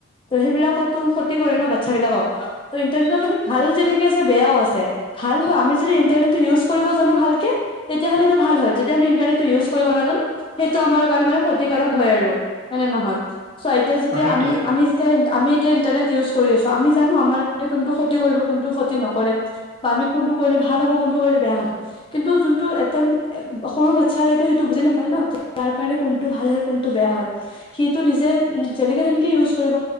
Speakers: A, on the left; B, on the right.
A: ত' সেইবিলাকতো ক্ষতি কৰে ন বাচ্ছা বিলাকক ত ইন্টাৰনেটৰ মানে ভালো যেনেকে আছে বেয়াও আছে ভাল হয় আমি যদি ইণ্টাৰনেটটো ইউজ কৰিব জানো ভালকে তেতিয়াহ'লে এইটো ভাল হয় যদি আমি ইণ্টাৰনেটটো ইউজ কৰিব নাজানো সেইটো আমাৰ কাৰণে শত্ৰু ক্ষতিকাৰক হয় আৰু হয়নে নহয় চোৱা এতিয়া যেতিয়া
B: অ সেইটো
A: আমি
B: হয়
A: আমি যেতিয়া ইণ্টাৰ আমি এতিয়া ইন্টাৰনেট ইউজ কৰি আছো আমি জানো আমাৰ কোনটো ক্ষতি কৰিব কোনটো ক্ষতি নকৰে বা আমি কোনটো কৰিলে ভাল হ'ব কোনটো কৰিলে বেয়া হ'ব কিন্তু যোনটো এচাম সৰু বাচ্ছাৰেতটো সেইটো বুজি নাপায় ন তাৰ কাৰণে কোনটো ভাল হয় কোন টো বেয়া হয় সেই টো নিজে উম যেনেকে তেনেকে ইউজ কৰিব,